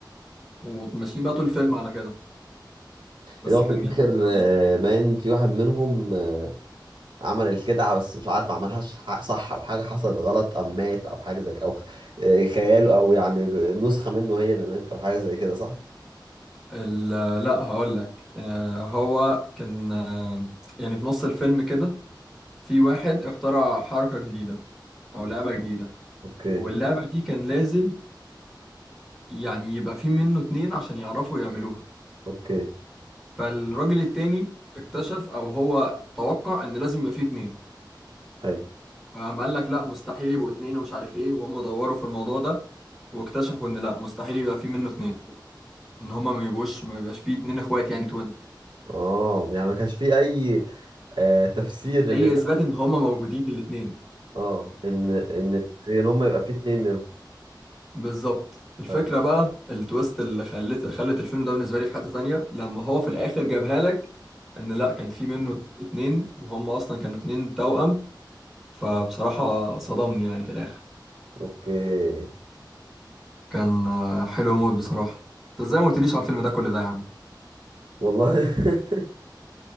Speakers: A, in the centre; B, on the right (about 85°).
A: وماشيين بقى طول الفيلم على كده بس
B: اللي هو في
A: كان
B: الاخر
A: جامد أوي
B: آه،
A: بصراحة.
B: باين في واحد منهم آه، عمل الخدعه بس مش عارف عملها ش- ح- صح او حاجه حصلت غلط ام مات او حاجه زي كده او خ- آه، خياله او يعني نسخه منه هي اللي ماتت او حاجه زي كده صح
A: ال- لا هقول لك آه، هو كان آه، يعني في نص الفيلم كده في واحد اخترع حركة جديدة أو لعبة جديدة
B: اوكي
A: واللعبة دي كان لازم يعني يبقى في منه اتنين عشان يعرفوا يعملوها
B: اوكي
A: فالراجل التاني اكتشف او هو توقع ان لازم يبقى فيه اتنين
B: حلو
A: فقام قال لك لا مستحيل يبقوا اتنين ومش عارف ايه وهم دوروا في الموضوع ده واكتشفوا ان لا مستحيل يبقى فيه منه اتنين ان هما ما يبقوش ما يبقاش فيه اتنين اخوات يعني توين
B: اه يعني ما كانش في اي آه، تفسير للي
A: هي اثبات ان هما موجودين الاتنين
B: اه ان ان ان هم يبقى في اتنين منهم
A: بالظبط الفكرة
B: طيب
A: بقى التويست اللي خلت خلت الفيلم ده بالنسبة لي في حتة تانية لما هو في الآخر جابها لك إن لأ كان في منه اتنين وهم أصلا كانوا اتنين توأم فبصراحة صدمني يعني في الآخر
B: اوكي
A: كان آه، حلو موت بصراحة أنت إزاي ما قلتليش على الفيلم ده كل ده يا عم
B: والله <laughs>